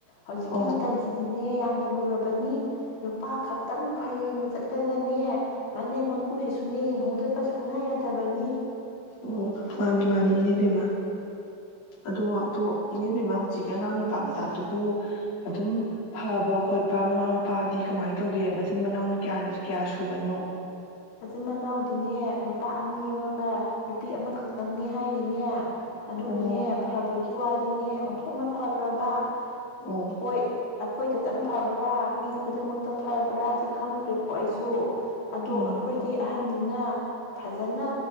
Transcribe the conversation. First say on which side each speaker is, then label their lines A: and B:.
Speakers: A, on the left; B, on the left.
A: ꯍꯧꯖꯤꯛꯀꯤ
B: ꯑꯣ
A: ꯃꯇꯝꯁꯤꯗꯤꯅꯦ ꯌꯥꯝ ꯌꯥꯝꯅ ꯂꯨꯔꯕꯅꯤ ꯅꯨꯄꯥ ꯈꯛꯇꯪ ꯐꯅ ꯆꯠꯂꯒꯅꯦ ꯃꯅꯦꯝ ꯃꯀꯨꯁꯤ ꯁꯨꯅꯦ ꯌꯦꯡꯍꯧꯗꯕ ꯁꯨꯡꯌꯥ ꯌꯥꯗꯕꯅꯤ
B: ꯑꯣ ꯃꯥꯅꯦ ꯃꯥꯅꯦ ꯏꯅꯦꯕꯦꯝꯃ ꯑꯗꯣ ꯑꯗꯣ ꯏꯅꯦꯕꯦꯝꯃ ꯍꯧꯖꯤꯛꯀꯤ ꯑꯉꯥꯡ ꯅꯨꯄꯥ ꯃꯆꯥꯗꯨꯕꯨ ꯑꯗꯨꯝ ꯐꯕ ꯈꯣꯠꯄ ꯃꯃꯥ ꯃꯄꯥꯗꯤ ꯀꯃꯥꯏꯅ ꯇꯧꯒꯦ ꯃꯆꯤꯟ ꯃꯅꯥꯎꯅ ꯀꯌꯥꯅ ꯀꯌꯥ ꯁꯨꯕꯅꯣ
A: ꯃꯆꯤꯟ ꯃꯅꯥꯎꯗꯤꯅꯦ ꯅꯨꯄꯥ ꯑꯅꯤ ꯑꯃꯒ ꯅꯨꯄꯤ ꯑꯃꯈꯛꯇꯪꯅꯤ ꯍꯥꯏꯔꯤꯅꯦ ꯑꯗꯨꯕꯨꯅꯦ
B: ꯑꯣ
A: ꯐꯕꯒꯤ ꯋꯥꯗꯤꯅꯦ ꯑꯣꯟꯊꯣꯛꯅ ꯐꯈ꯭ꯔꯕ
B: ꯑꯣ
A: ꯍꯣꯏ ꯑꯩꯈꯣꯏꯗꯇꯪ ꯐꯕ꯭ꯔꯥ ꯃꯤ ꯈꯨꯗꯤꯡꯃꯛꯇ ꯐꯕ꯭ꯔꯥꯗꯤ ꯈꯪꯗ꯭ꯔꯦꯀꯣ ꯑꯩꯁꯨ ꯑꯗꯣ
B: ꯎꯝ
A: ꯍꯥꯏꯗꯤ ꯑꯍꯟꯅꯤꯅ ꯐꯖꯅ